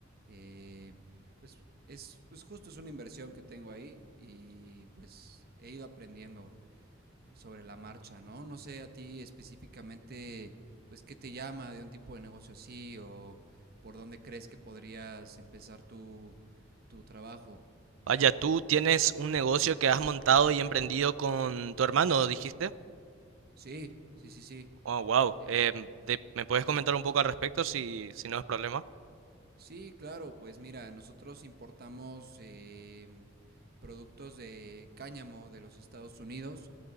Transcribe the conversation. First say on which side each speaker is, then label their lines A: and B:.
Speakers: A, on the right (about 50°); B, on the right (about 75°).
A: eh, pues es, pues justo es una inversión que tengo ahí y pues he ido aprendiendo. eh, sobre la marcha, ¿no? No sé a ti específicamente, pues, ¿qué te llama de un tipo de negocio así o por dónde crees que podrías empezar tu, tu trabajo?
B: Vaya, tú tienes un negocio que has montado y emprendido con tu hermano, dijiste.
A: Sí, sí, sí, sí.
B: Oh, wow.
A: eh,
B: ¿me puedes comentar un poco al respecto si, si no es problema?
A: sí, claro, pues mira, nosotros importamos em, productos de cáñamo de los Estados Unidos